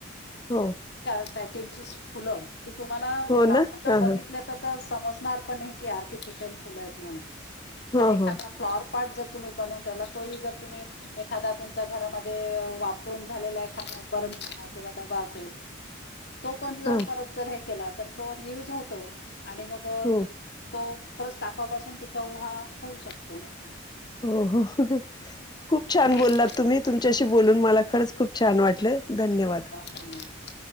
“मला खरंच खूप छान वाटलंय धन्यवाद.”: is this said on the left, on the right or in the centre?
Left